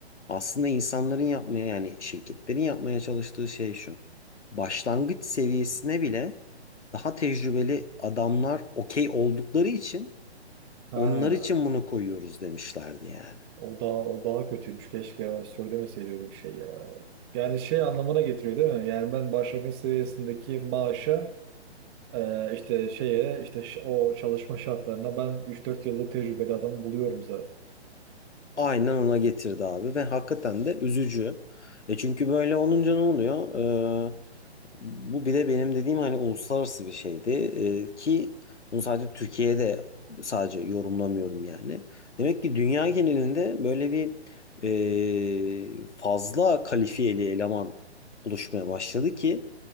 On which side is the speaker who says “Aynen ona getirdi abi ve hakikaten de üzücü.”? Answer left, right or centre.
Left